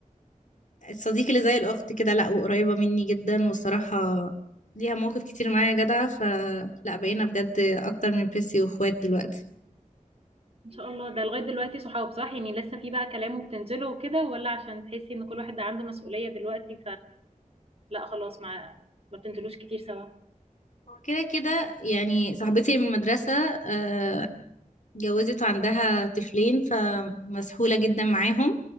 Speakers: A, on the left; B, on the right.
A: الصديق اللي زي الأخت كده لأ وقريبة مني جدا والصراحة ليها مواقف كتير معايا جدعة فلا بقينا بجد أكتر من بيسي وإخوات دلوقتي
B: إن شاء الله، ده لغاية دلوقتي صحاب صح؟ يعني لسه في بقى كلام وبتنزلوا وكده والّا عشان تحسّي إن كل واحد عنده مسؤولية دلوقتي فلأ خلاص ما ما بتنزلوش كتير سوا؟
A: هو كده كده يعني صاحبتي من المدرسة آه، اتجوزت وعندها طفلين فمسحولة جدا معاهم